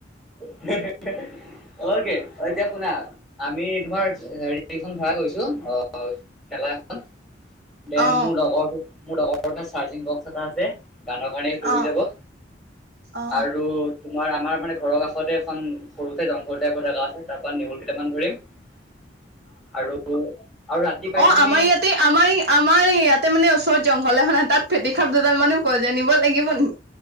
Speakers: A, in the centre; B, on the right.
A: <unintelligible> অ' কি অ' এতিয়া শুনা আমি তোমাৰ হেৰিখন ভড়া কৰিছো অ'। ঠেলা এখন। দেন
B: অ
A: মোৰ লগৰ মোৰ লগৰৰ চাৰ্জিং বক্স এটা আছে গানৰ কাৰণে সেইটো
B: অ
A: হৈ যাব।
B: অ
A: আৰু তোমাৰ আমাৰ মানে- ঘৰৰ কাষতে এখন সৰু ঠাই জংঘল টাইপ জাগা আছে তাৰ পৰা নেহুৰ কেইটামান ধৰিম। আৰু- আৰু ৰাতি পাই
B: অঁ
A: তুমি
B: আমাৰ ইয়াতে আমাৰ - আমাৰ ইয়াতে মানে ওচৰত জংঘল এখনত তাত ফেটি খাপ দুডাল মানো পোৱা যায়, নিব লাগিব নেকি।